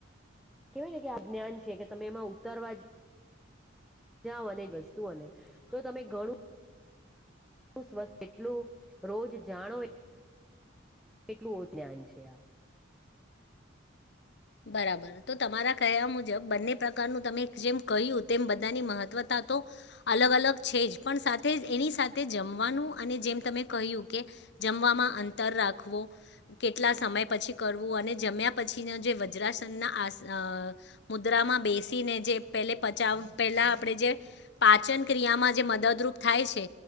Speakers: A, in the centre; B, on the left (about 55°).
A: કેવાય ને કે આ જ્ઞાન છે કે તમે એમાં ઉતરવા જ જાઓ અને વસ્તુઓને તો તમે ઘણું એટલું સ્વસ્થ કેટલું રોજ જાણો કેટલું <unintelligible> જ્ઞાન છે આ.
B: બરાબર તો તમારા કહેયા મુજબ બંને પ્રકારનું તમે જેમ કહ્યું તેમ બધાની મહત્વતા તો અલગ અલગ છે જ પણ સાથે જ એની સાથે જમવાનું અને જેમ તમે કહ્યું કે જમવામાં અંતર રાખવું કેટલા સમય પછી કરવું અને જમ્યા પછીનો જે વાચ ગુજરાશનના આસ આ મુદ્રામાં બેસીને જે પેલે પચાવ પેલા આપણે જે પાચન ક્રિયામાં જે મદદરૂપ થાય છે.